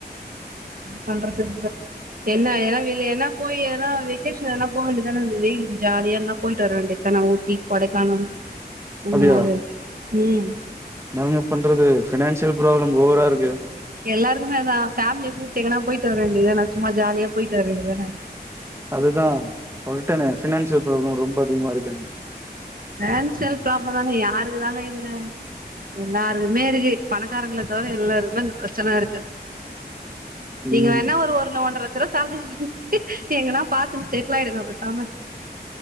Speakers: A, on the right; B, on the right.
A: பண்றதுக்கு என்னன்னா இல்ல என்ன போய் என்ன வாகேஸ்ஷன் எனா போக வேண்டியதானே வெயிலுக்கு ஜாலியா எங்கன போயிட்டு வர வேண்டியதுதான ஊட்டி கொடைக்கானல் எங்கயாது
B: அப்படியா
A: ம்
B: நாங்க பண்றது ஃபினான்ஸ் பராப்ளம் ஓவரா இருக்கு <inaudible>
A: எல்லாரும் ஃபேமிலிய கூடப்டிங்னா போயி ட்டு வர வேண்டியதுானான் சும்மா ஜாலியா போயிட்டு வரவே ண்டியதான
B: அதுதான் சொல்லிட்டனே பினான்சியல் பராப்ளம் ரொம்ப அதிகமா இருக்கு
A: பினான்சியல் ப்ராப்ளம் தானே யாருக்கு தாங்க இல்ல எல்லாருக்குமே இருக்கு பணக்காரங்கள தவிர எல்லாருக்குமே இந்த பிரச்சனை இருக்கு நீங்க
B: ம்
A: வேணா ஒரு ஒன்ற லட்சம் எங்கனா பாத்துன்னு செட்டில் ஆயிடுங்க பேசாம